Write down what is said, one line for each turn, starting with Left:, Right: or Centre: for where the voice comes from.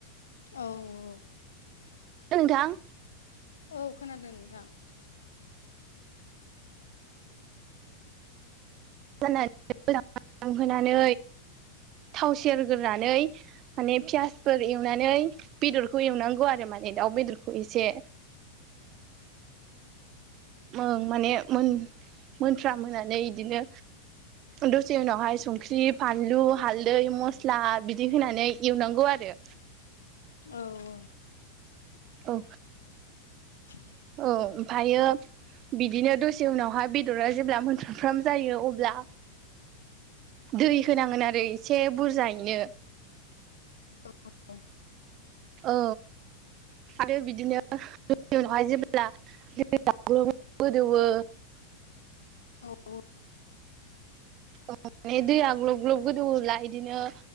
Left: औ औ।
Right: ओंथां।
Left: औ खोनादों नोंथां।
Right: <unintelligible> होनानै थाव सेरग्रोनानै माने पियासफोर एवनानै बेदरखौ एवनांगौ आरो माने दाउ बेदर खौ एसे ओं माने मोन मोनफ्राम होननानै इदिनो दसे उनावहाय संख्रि फानलु हालदै मस्ला बिदि होनानै एवनांगौ आरो।
Left: औ औ।
Right: औ।
Left: <inaudible>
Right: औ ओमफायो बिदिनो दसे उनावहाय बेदरा जेब्ला मोनफ्रामफ्राम जायो अब्ला दै होनांगोन आरो इसे बुरजायैनो।
Left: अ।
Right: औ आरो बिदिनो बिनि उनावहाय जेब्ला दैया ग्लब ग्लब गोदौवो
Left: औ औ।
Right: माने दैया ग्लब ग्लब गोदौब्ला इदिनो